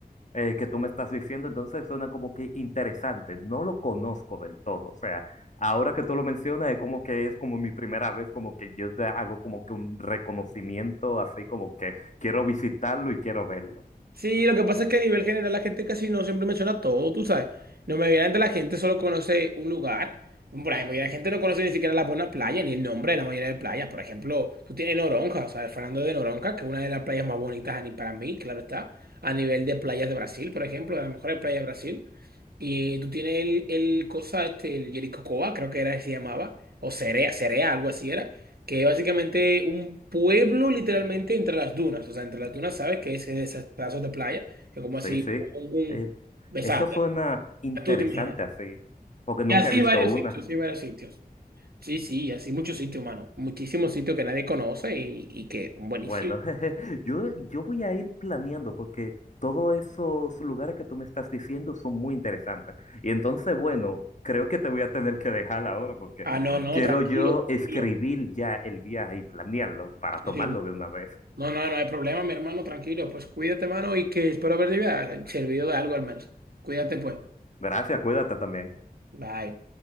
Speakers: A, on the left; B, on the right.
A: eh, que tú me estás diciendo, entonces suena como que interesante. No lo conozco del todo, o sea, ahora que tú lo mencionas es como que es como mi primera vez, como que yo te hago como que un reconocimiento, así como que quiero visitarlo y quiero verlo.
B: Sí, lo que pasa es que a nivel general la gente casi no siempre menciona todo, tú sabes. No me de la gente solo conoce un lugar. Por ejemplo, y la gente no conoce ni siquiera la buena playa, ni el nombre de la mayoría de playas. Por ejemplo, tú tienes Noronha, o sea, el Fernando de Noronha, que es una de las playas más bonitas a ni- para mí, claro está, a nivel de playas de Brasil, por ejemplo, de las mejores playas de Brasil. Y tú tienes el, el cosa, este, el Jericocoa, creo que era que se llamaba, o Cerea, Cerea, algo así era que es básicamente un pueblo literalmente entre las dunas. O sea, entre las dunas, ¿sabes? Que es esos pedazos de playa, que como así,
A: Sí, sí,
B: un,
A: eh,
B: un exacto,
A: eso suena interesante
B: tú te imaginas.
A: así, porque nunca
B: Y así
A: he visto
B: varios
A: una.
B: sitios, sí, varios sitios. Sí, sí, así muchos sitios, mano. Muchísimos sitios que nadie conoce y, y que buenísimo.
A: Bueno, <laughs> yo, yo voy a ir planeando porque todos esos lugares que tú me estás diciendo son muy interesantes. Y entonces, bueno, creo que te voy a tener que dejar ahora porque
B: Ah, no, no,
A: quiero
B: tranquilo,
A: yo
B: tranquilo.
A: escribir ya el viaje y planearlo para
B: Sí,
A: tomarlo
B: sí.
A: de una vez.
B: No, no, no hay problema, mi hermano, tranquilo. Pues cuídate, mano, y que espero haber servido de algo al menos. Cuídate, pues.
A: Gracias, cuídate también.
B: Bye.